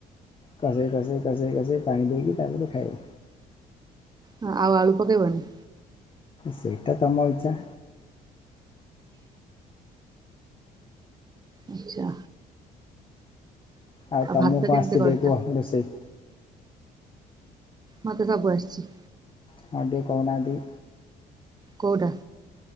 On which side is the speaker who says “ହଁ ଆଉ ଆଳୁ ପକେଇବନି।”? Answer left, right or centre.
Right